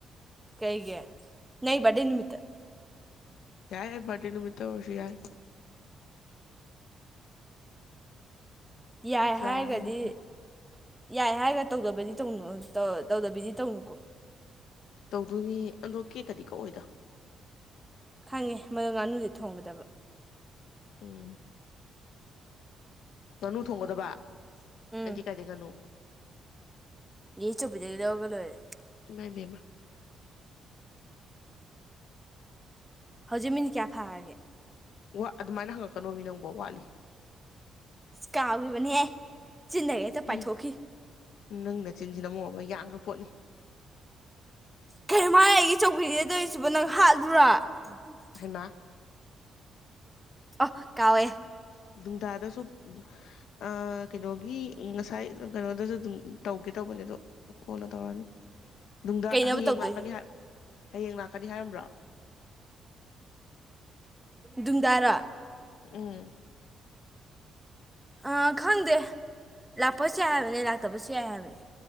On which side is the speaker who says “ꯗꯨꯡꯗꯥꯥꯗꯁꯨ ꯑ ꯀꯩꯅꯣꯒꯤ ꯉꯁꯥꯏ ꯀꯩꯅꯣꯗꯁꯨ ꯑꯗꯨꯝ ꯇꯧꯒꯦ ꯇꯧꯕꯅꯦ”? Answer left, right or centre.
Left